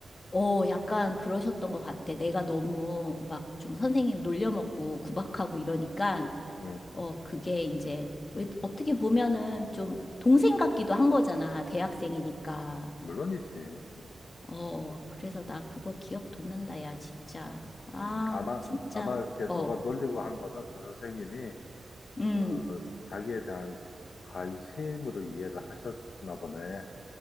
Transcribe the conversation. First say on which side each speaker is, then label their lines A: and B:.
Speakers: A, on the left; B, on the left.
A: 어, 약간 그러셨던 것 같아. 내가 너무 막 좀 선생님 놀려먹고 구박하고 이러니까,
B: 음,
A: 어, 그게 이제, 왜, 어떻게 보면은 좀 동생 같기도 한 거잖아. 대학생이니까.
B: 물론이지. 음,
A: 어, 그래서 나 그거 기억 돋는다, 야, 진짜. 아,
B: 음, 아마,
A: 진짜.
B: 아마 이렇게 너가
A: 어,
B: 놀리고 한 거는 그 선생님이,
A: 음,
B: 어, 자기에 대한 관심으로 이해를 하셨나 보네.